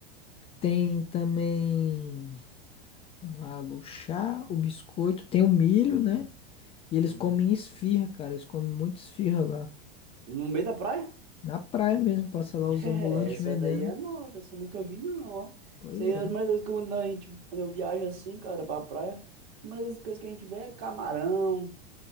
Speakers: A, on the left; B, on the right.
A: Tem também, vamos lá, o chá, o biscoito, tem o milho, né? E eles
B: Uhum.
A: comem esfirra, cara, eles comem muito esfirra lá.
B: No meio da praia?
A: Na praia mesmo, passa lá
B: <laughs>
A: os
B: É,
A: ambulantes
B: essa
A: vendendo.
B: daí é nova, essa eu nunca vi não, ó.
A: Pois
B: Isso aí
A: é,
B: é a primeira vez que eu- quando a gente, quando eu viajo assim, cara, pra praia, a primeira das coisas que a gente vê é camarão,